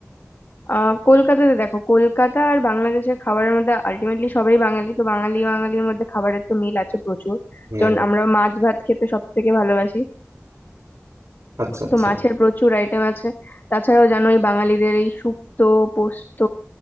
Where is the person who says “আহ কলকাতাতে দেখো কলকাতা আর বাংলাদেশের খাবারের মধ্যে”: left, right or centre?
Left